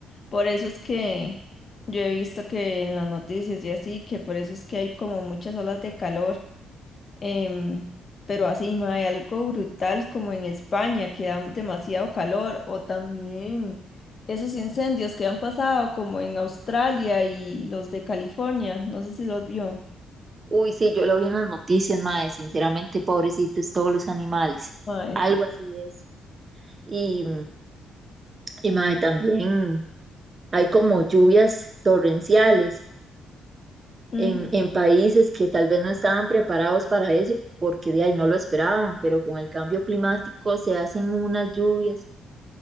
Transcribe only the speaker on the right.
Uy, sí, yo lo vi en las noticias, mae, sinceramente, pobrecitos todos los animales.
Algo
así es. Y, y mae, también hay como lluvias torrenciales
en, en países que tal vez no estaban preparados para eso, porque de ahí no lo esperaban, pero con el cambio climático se hacen unas lluvias.